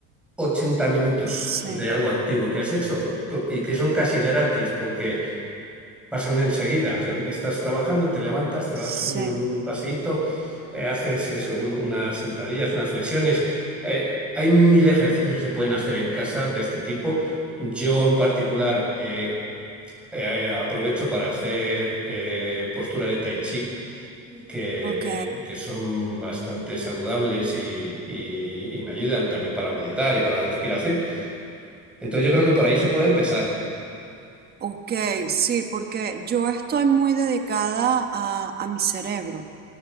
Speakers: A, in the centre; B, on the right (about 25°).
A: 80 minutos
B: Sí,
A: de algo activo que has hecho co- y que son casi gratis porque pasan enseguida. O sea, estás trabajando, te levantas, te das
B: sí,
A: un paseíto, eh, haces eso, unas sentadillas, unas flexiones. Eh, hay mil ejercicios que se pueden hacer en casa de este tipo. Yo en particular... eh, eh, eh, aprovecho para hacer eh, postura de tai chi, que,
B: ok.
A: que son bastante saludables y, y- y me ayudan también para meditar y para la respiración. Entonces yo creo que por ahí se puede empezar.
B: Ok, sí, porque yo estoy muy dedicada a, a mi cerebro.